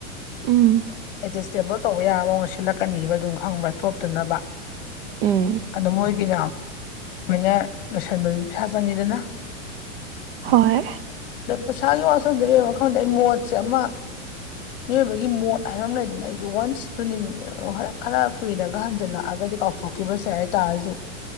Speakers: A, on the right; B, on the left.
A: ꯎꯝ
B: ꯑꯦꯗꯖꯁꯇꯦꯕꯜ ꯇꯧꯕ ꯌꯥꯔ ꯃꯑꯣꯡꯅ ꯁꯤꯠꯂꯛꯀꯅꯤꯕ ꯑꯗꯨꯝ ꯈꯪꯕ꯭ꯔꯥ ꯇꯣꯞꯇꯅꯕ
A: ꯎꯝ
B: ꯑꯣ ꯃꯣꯏꯒꯤꯅꯅ ꯂꯣꯏꯁꯤꯟꯕꯗꯨꯗꯤ ꯄꯩꯁꯥ ꯆꯪꯉꯤꯗꯅ꯫
A: ꯍꯣꯏ
B: ꯑꯗꯩ ꯄꯩꯁꯥꯒꯤ ꯋꯥꯁꯜꯗ ꯂꯩꯡꯣ ꯈꯪꯗꯦ ꯑꯩ ꯃꯣꯠꯁꯦ ꯑꯃ ꯃꯤꯑꯣꯏꯕꯒꯤ ꯃꯣꯠ ꯍꯥꯏꯕ ꯑꯃ ꯂꯩꯗꯅ ꯑꯩꯗꯣ ꯋꯥꯟꯁ ꯇ ꯈꯔ ꯀꯨꯏꯔꯒ ꯍꯟꯖꯤꯜꯂꯛꯑꯒꯗꯤ ꯀꯥꯎꯊꯣꯛꯈꯤꯕꯁꯦ ꯍꯥꯏꯇꯥꯔꯁꯨ